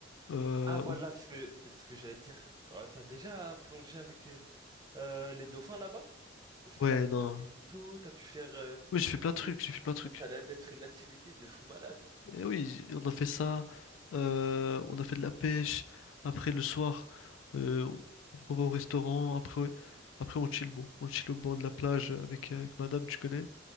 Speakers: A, on the left; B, on the right.
A: euh,
B: ah voilà
A: on-
B: ce que ce que j'allais dire. Euh, T'as déjà plongé avec euh, euh, les dauphins là-bas? Est-ce
A: Ouais,
B: que t'as pu
A: non.
B: prendre des photos, t'as pu faire euh,
A: Oui, j'ai fait plein de trucs.
B: des-
A: J'ai fait plein de trucs.
B: oh, Ça allait d'être une activité de fou malade.
A: Et oui, j- on a fait ça, euh, on a fait de la pêche, après le soir, euh, on on va au restaurant, après, après on chill, bon, on chill au bord de la plage avec, avec madame, tu connais,